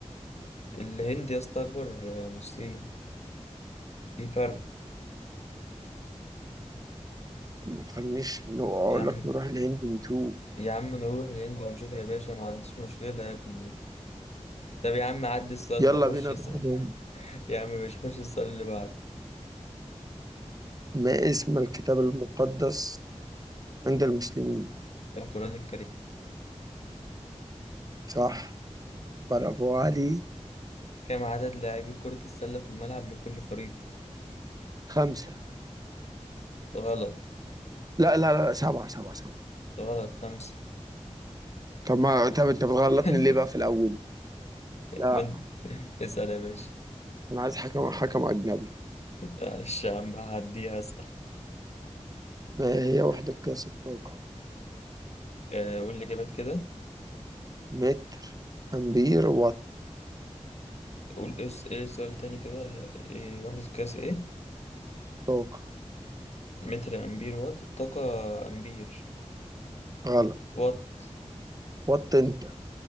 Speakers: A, on the left (about 65°); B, on the right (about 30°).
A: الهند يا اسطى أكبر آه، من الصين في فرق
B: ما تخلينيش نو- أقول
A: يا عم
B: لك نروح الهند نشوف
A: يا عم نروح الهند ونشوف يا باشا ما عنديش مشكلة يا ابني طب يا عم عدي السؤال
B: يلا
A: ده خش
B: بينا
A: اسأل
B: نروح الهند
A: <laughs> يا عم مش خش السؤال اللي بعده
B: ما اسم الكتاب المقدس عند المسلمين
A: القرآن الكريم
B: صح برافو علي
A: كم عدد لاعبي كرة السلة في الملعب لكل فريق؟
B: خمسة
A: غلط
B: لا لا لا سبعة سبعة سبعة
A: غلط خمسة
B: طب ما طب أنت بتغلطني
A: <laughs>
B: ليه بقى في الأول لا
A: من اسأل يا باشا
B: أنا عايز حكم حكم أجنبي
A: معلش يا عم هعديها اسأل
B: ما هي وحدة قياس الطاقة
A: آه، قول الإجابات كده
B: متر أمبير وات
A: قول إيه الس- إيه السؤال تاني كده إيه وحدة قياس إيه
B: طاقة
A: متر أمبير وات الطاقة أمبير
B: غلط
A: وات
B: وات أنت